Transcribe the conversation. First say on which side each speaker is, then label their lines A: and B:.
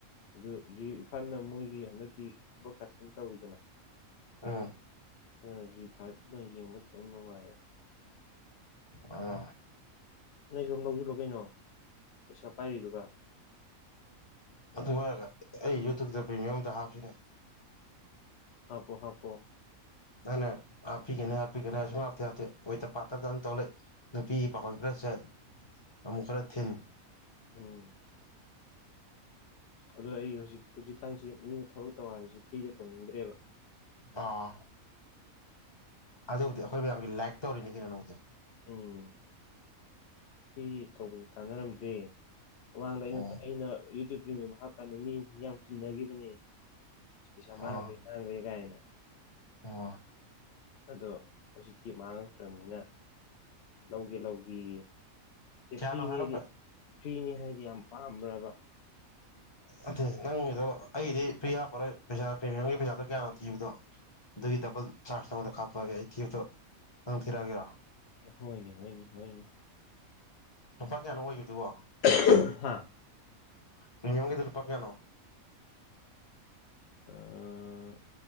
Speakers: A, on the left; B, on the left.
A: ꯑꯗꯨ ꯖꯤ ꯐꯥꯏꯞꯅ ꯃꯣꯏꯒꯤ ꯍꯟꯗꯛꯀꯤ ꯕ꯭ꯔꯣꯠꯀꯥꯁꯇꯤꯡ ꯇꯧꯋꯤꯗꯅ
B: ꯑꯥ
A: ꯑ <unintelligible> ꯖꯤ ꯐꯥꯏꯚꯅ ꯌꯦꯡꯕ ꯈꯤꯇꯪ ꯅꯨꯡꯉꯥꯏꯌꯦꯕ
B: ꯑꯥ
A: ꯅꯣꯏꯁꯨ ꯑꯃ ꯂꯧꯁꯤꯜꯂꯣ ꯀꯩꯅꯣ ꯄꯩꯁꯥ ꯄꯥꯏꯔꯤꯗꯨꯒ
B: ꯑꯗꯨ ꯍꯥꯏꯔꯒ ꯑꯩ ꯌꯨꯇ꯭ꯌꯨꯕꯇ ꯄ꯭ꯔꯤꯃꯤꯌꯝ ꯑꯝꯇ ꯍꯥꯞꯁꯤꯅꯦ
A: ꯍꯥꯞꯄꯣ ꯍꯥꯞꯄꯣ
B: ꯅꯪꯅꯥ ꯍꯥꯞꯄꯤꯒꯅꯤ ꯍꯥꯞꯄꯤꯒꯅꯤ ꯍꯥꯏ ꯁꯨꯝꯍꯥꯞꯇꯤ ꯍꯥꯞꯇꯦ ꯑꯣꯏꯇ ꯄꯥꯠꯇꯕꯇ ꯑꯗꯨꯝ ꯇꯧ ꯂꯩ ꯅꯨꯄꯤꯒꯤ ꯄꯥꯈꯣꯟ ꯈꯔ ꯆꯠ ꯑꯃꯨꯛ ꯈꯔ ꯊꯤꯟ
A: ꯎꯨꯝ ꯑꯗꯣ ꯑꯩ ꯍꯧꯖꯤꯛ ꯍꯧꯖꯤꯛꯀꯥꯟꯁꯤ ꯃꯤꯅ ꯊꯕꯛ ꯇꯧ ꯍꯥꯏꯕꯁꯤ ꯐ꯭ꯔꯤꯗ ꯇꯧꯅꯤꯡꯗ꯭ꯔꯦꯕ
B: ꯑꯥ ꯑꯗꯨꯕꯨꯗꯤ ꯑꯩꯈꯣꯏ ꯃꯌꯥꯝꯒꯤ ꯂꯥꯏꯛ ꯇꯧꯔꯤꯅꯤ ꯀꯩꯅꯣ ꯅꯪꯁꯦ
A: ꯎꯨꯝ ꯐ꯭ꯔꯤ ꯇꯧꯕꯁꯤ ꯀꯥꯟꯅꯔꯝꯗ꯭ꯔꯦ ꯃꯃꯥꯡꯗ ꯑꯩꯅ
B: ꯑꯣ
A: ꯑꯩꯅ ꯌꯨ ꯇ꯭ꯌꯨꯕ ꯄ꯭ꯔꯤꯃꯤꯌꯝ ꯍꯥꯞꯄꯀꯥꯟꯗ ꯃꯤꯁꯤꯡꯖꯤ ꯌꯥꯝ ꯀꯤꯅꯈꯤꯕꯅꯦ ꯄꯩꯁꯥ
B: ꯑꯣ
A: ꯃꯥꯡꯒ꯭ꯔꯦ ꯃꯥꯡꯒ꯭ꯔꯦ ꯀꯥꯏꯅ
B: ꯑꯣ
A: ꯑꯗꯣ ꯍꯧꯖꯤꯛꯇꯤ ꯃꯥꯡꯉꯈ꯭ꯔꯕꯅꯤꯅ ꯂꯧꯒꯦ ꯂꯧꯒꯦꯌꯦ ꯁꯤ
B: ꯀꯌꯥꯅꯣ
A: ꯐ꯭ꯔꯤꯅꯦ
B: ꯍꯥꯏꯔꯛꯄ
A: ꯑꯩꯗꯤ ꯐ꯭ꯔꯤꯅꯤ ꯍꯥꯏꯗꯤ ꯌꯥꯝ ꯄꯥꯝꯕ꯭ꯔꯕ
B: ꯑꯦ ꯅꯪꯒꯤꯗꯣ ꯑꯩꯒꯤꯗꯤ ꯐ꯭ꯔꯤ ꯍꯥꯞꯄꯔꯣꯏ ꯄꯩꯁꯥ ꯄ꯭ꯔꯤꯃꯤꯌꯝꯒꯤ ꯄꯩꯁꯥꯗꯣ ꯀꯌꯥꯅꯣ ꯊꯤꯕꯗꯣ ꯑꯗꯨꯒꯤ ꯗꯕꯜ ꯆꯥꯔꯖ ꯅꯉꯣꯟꯗ ꯀꯥꯞꯄꯑꯒꯦ ꯑꯩ ꯊꯤꯕꯇꯣ ꯅꯪ ꯊꯤꯔꯛꯑꯒꯦꯔꯣ
A: ꯍꯣꯏꯅꯦ ꯍꯣꯏꯅꯦ ꯍꯣꯏꯅꯦ
B: ꯂꯨꯄꯥ ꯀꯌꯥꯅꯣ ꯑꯣꯏꯈꯤꯕꯗꯨꯕꯣ
A: ꯑꯍꯨ ꯍꯥꯥ
B: ꯄ꯭ꯔꯤꯃꯤꯌꯝꯒꯤꯗꯣ ꯂꯨꯄꯥ ꯀꯌꯥꯅꯣ
A: ꯑꯥ